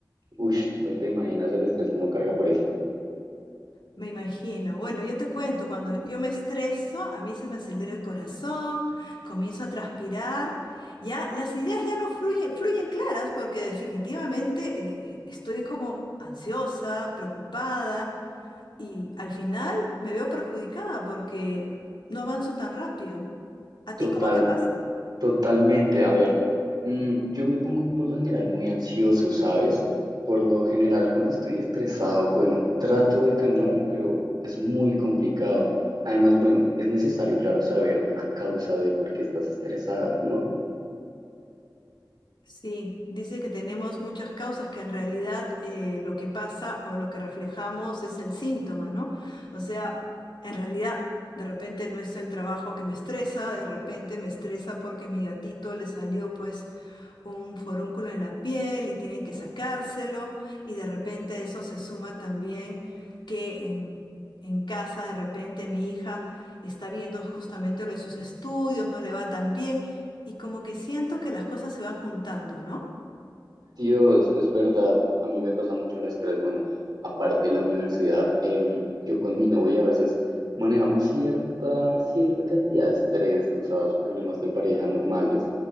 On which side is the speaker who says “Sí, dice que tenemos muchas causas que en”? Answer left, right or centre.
Left